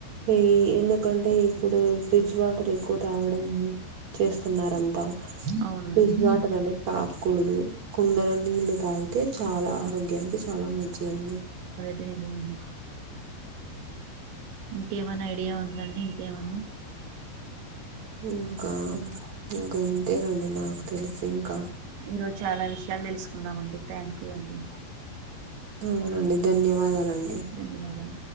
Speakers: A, on the right; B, on the right.
A: ఏ ఎందుకంటే ఇప్పుడు ఫ్రిడ్జ్ వాటర్ ఎక్కువ తాగడం చేస్తున్నారంతా
B: అవునండి
A: ఫ్రిడ్జ్ వాటర్ అనేద్ తాక్కుడదు. కుండలో నీళ్లు తాగితే చాలా ఆరోగ్యానికి చాలా మంచిదండి.
B: తేజమున్న ఇంకేమన్న ఐడియా ఉందండి ఇంకేమన్న
A: ఇంకా ఇంకా ఇంతేనండి నాకు తెలిసి ఇంకా
B: ఈరోజు చాలా విషయాల్ తెల్సుకుందాం అండి థ్యాంక్ యూ అండి
A: అవునండి ధన్యవాదాలం
B: ధన్యవాదాలు